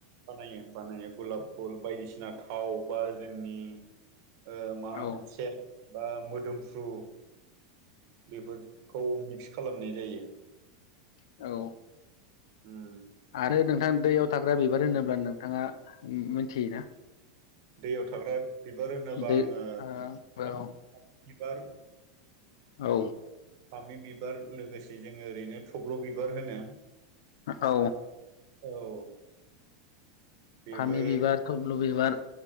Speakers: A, on the right; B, on the left.
A: बानायो बानायो गुलाब फुल बायदिसिना थाव बा जोंनि ओ मा होनो
B: औ
A: सेन बा मोदोमफ्रु बेफोरखौ मिक्स खालामनाय जायो।
B: औ।
A: उम
B: आरो नोंथां दैयाव थाग्रा बिबार होनोब्ला नोंथाङा मिथियोना
A: दैयाव थाग्रा बिबार होनोबा
B: दै
A: आङो
B: ओ
A: <inaudible> बिबार
B: औ।
A: फामि बिबार लोगोसे जोङो ओरैनो थब्ल' बिबार होनो।
B: औ
A: औ। बेबो
B: फामि बिबार थबल' बिबार।